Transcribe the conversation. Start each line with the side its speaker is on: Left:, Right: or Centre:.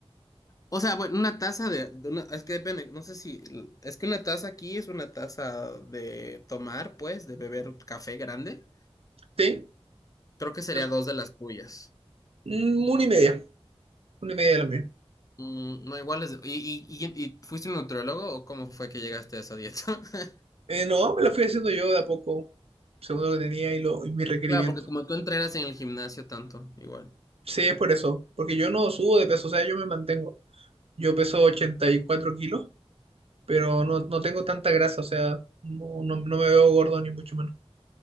Left: O sea, bueno, una taza de, de una- es que depende, no sé si, es que una taza aquí es una taza de tomar, pues, de beber café grande.
Right: ¿sí?
Left: Creo que sería
Right: Es
Left: dos de las tuyas.
Right: mm, una y media, una y media de la mía.
Left: Mm, no, igual es, y, y, y- y fuiste un nutriólogo o cómo fue que llegaste a esa dieta? <laughs>
Right: Eh, no, me lo fui haciendo yo de a poco, según lo que tenía y, lo, y mis requerimientos.
Left: Claro, porque como tú entrenas en el gimnasio tanto, igual.
Right: Sí, es por eso, porque yo no subo de peso, o sea, yo me mantengo. Yo peso 84 kilos pero no, no tengo tanta grasa, o sea, no, no, no me veo gordo ni mucho menos.